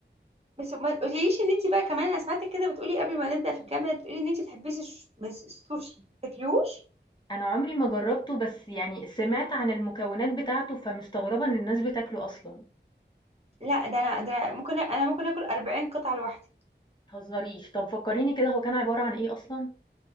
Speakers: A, on the right (about 35°); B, on the left (about 25°).
A: بس ما تقوليش ان انت بقى كمان انا سمعتك كده بتقولي قبل ما نبدا في الجامعه بتقولي ان انت بتحبيش الش- بس السوشي تاكليوش
B: أنا عمري ما جربته بس يعني سمعت عن المكونات بتاعته، فمستغربة إن الناس بتاكله أصلًا، ما
A: لا ده انا ده أنا ممكن أ- انا ممكن اكل 40 قطعه لوحدي
B: تهزريش. طب فكريني كده هو كان عبارة عن إيه أصلًا؟